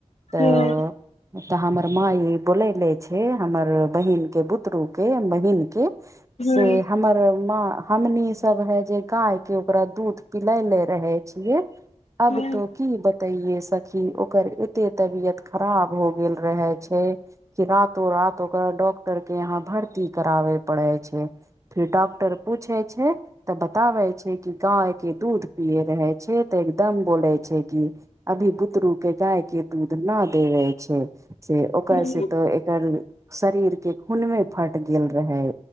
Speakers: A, on the right (about 25°); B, on the left (about 60°).
A: तऽ
B: हूं
A: त हमर माई बैलेले छैय हमर बहिन के बुतरू के बहिन के
B: हूं
A: से हमर माँ हमनी सभे जे गाय के ओकरा दूध पिलेले रहे छिय अब
B: हूं
A: तो की बतेइये सखी ओकर एते तबियत खराब भऽ गेल रहे छैय कि रातो रात ओकर डॉक्टर के यहाँ भर्ती कराबै पड़ै छैय फेर डॉक्टर पूछे छैय तऽ बताबै छैय कि गाय के दूध पिये रहे छै तऽ एकदम बोले छैय कि अभी बुतरु के गाय के दूध ना दैबे छैय से ओइ
B: हूं
A: सऽ तऽ एकर शरीर के खूने फैइट गेल रहै